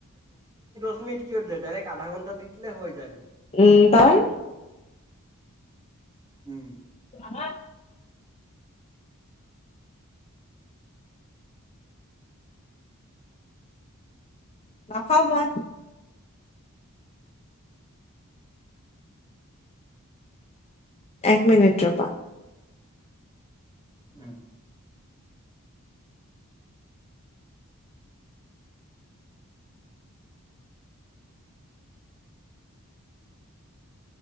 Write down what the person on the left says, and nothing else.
উম তই
হ <unintelligible> নাখাওঁ মই। এক মিনিট ৰবা।